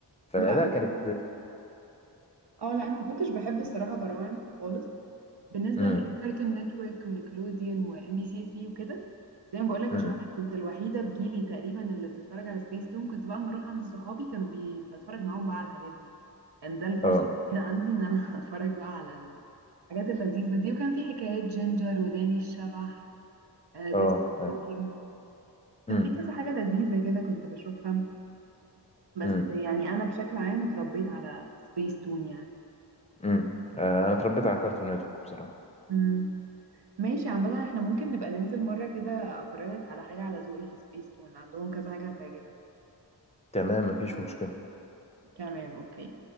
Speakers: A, on the left (about 15°); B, on the right (about 70°).
A: فلا
B: لا بجد
A: كانت
B: اه لا انا ما كنتش بحب الصراحة براعم خالص بالنسبه
A: امم
B: اللي هي كارتون نتورك ونيكلوديان وام بي سي 3 وكده زي ما بقولك
A: امم
B: عشان انا كنت الوحيده في جيلي تقريبا اللي بتتفرج على سبيس تون كنت بقى اما اروح عند صحابي كانوا بي... بتفرج معاهم بقى على الحاجات دي كان ده الفرصه
A: اه
B: الوحيده عندي ان انا <laughs> اتفرج بقى على الحاجات اللذيذه دي وكان في حكايات جينجر وداني الشبح آه بيز
A: اه أي.
B: بوبي. كان
A: امم
B: في كذا حاجه لذيذه كده كنت بشوفها بس
A: امم
B: يعني انا بشكل عام اتربيت على سبيس تون
A: امم آه، انا اتربيت على كارتون نتورك بصراحة
B: يعني ماشي عامة احنا ممكن نبقى ننزل مرة كده افرجك على حاجة على ذوقي في سبيس تون عندهم كذا حاجة هتعجبك يعني
A: تمام مفيش مشكلة
B: تمام اوكي